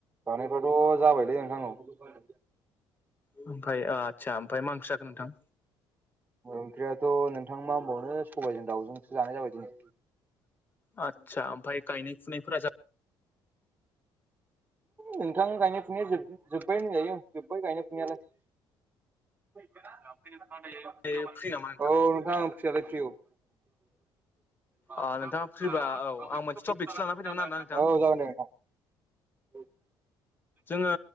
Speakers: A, on the right; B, on the left.
A: जानायफ्राथ' जाबायलै नोंथां औ।
B: ओमफ्राय ओ आदसा ओमफ्राय मा ओंख्रि जाखो नोंथां?
A: ओंख्रियाथ' नोंथां मा होनबावनो सबायजों दाउजोंसो जानाय जाबाय दिनै।
B: आटचा ओमफ्राय गायनाय फुनायफोरा जा
A: नोंथां गायनाय फुनाया जोब-जोब्बाय होनजायो जोब्बाय गायनाय फुनायालाय। औ नोंथां
B: जाबाय फ्रि
A: फ्रियालाय
B: नामा नोंथां
A: फ्रि औ। <unintelligible>
B: ओ नोंथाङा
A: औ
B: फ्रिबा आं
A: जागोन
B: मोनसे टपिकसो लाना फैदोंमोन आरोना
A: दे
B: नोंथां
A: नोंथां। औ।
B: जोङो